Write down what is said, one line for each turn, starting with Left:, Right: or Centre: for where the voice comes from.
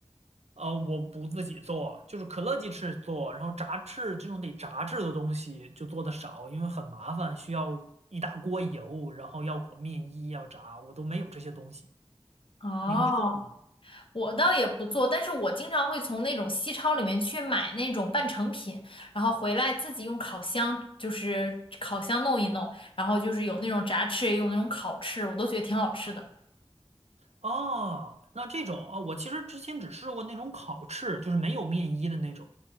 Right: 呃，我不自己做，就是可乐鸡翅做，然后炸翅这种得炸制的东西就做的少，因为很麻烦，需要一大锅油，然后要裹面衣，要炸，我都没有这些东西。
Left: 哦，
Right: 你会做吗？
Left: 我倒也不做，但是我经常会从那种西超里面去买那种半成品，然后回来自己用烤箱，就是烤箱弄一弄，然后就是有那种炸翅，也有那种烤翅，我都觉得挺好吃的。
Right: 哦，那这种啊，我其实之前只试过那种烤翅，就是没有面衣的那种，